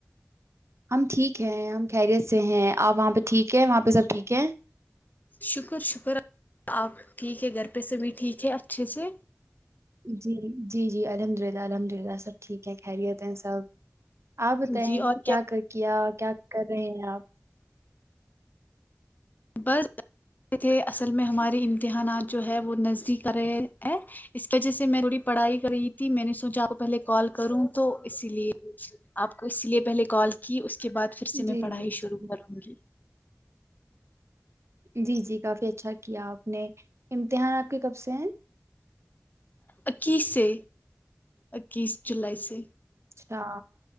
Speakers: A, on the right (about 60°); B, on the left (about 35°).
A: ہم ٹھیک ہیں ہم خیریت سے ہیں آپ وہاں پہ ٹھیک ہے وہاں پہ سب ٹھیک ہیں
B: شکر شکر آپ ٹھیک ہے گھر پہ سبھی ٹھیک ہے اچھے سے
A: جی جی جی الحمد للہ الحمد للہ سب ٹھیک ہے خیریت ہیں سب آپ بتائیں
B: جی اور
A: کیا کر کیا کیا کر رہے ہیں آپ
B: بس تھے اصل میں ہمارے امتحانات جو ہے وہ نزدیک آ رہے ہیں اس کی وجہ سے میں تھوڑی پڑھائی کر رہی تھی میں نے سوچا کو پہلے کال کروں تو اسی لیے آپ کو اس لیے پہلے کال کی اس کے بعد پھر سے
A: جی
B: میں پڑھائی
A: جی
B: شروع
A: جی
B: کروں گی
A: جی جی کافی اچھا کیا آپ نے امتحان آپ کے کب سے ہیں
B: اکیس سے اکیس جولائی سے
A: اچھا